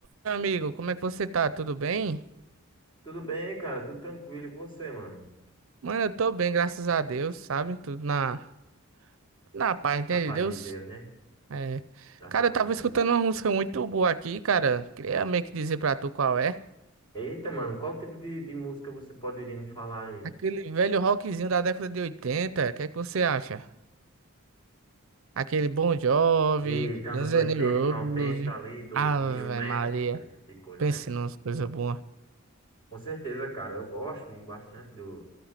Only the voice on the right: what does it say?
Meu amigo, como é que você tá? Tudo bem?
Mano, eu tô bem, graças a Deus, sabe? Tudo na, na paz, entende?
Deus.
É.
Cara, eu
tava
escutando uma música muito boa aqui, cara. Queria meio que dizer pra tu qual é.
Aquele velho rockzinho da década de 80. o que é que você acha? Aquele Bon Jovi,
Guns
N' Roses.
Ave
Maria,
pense
numas coisas boas.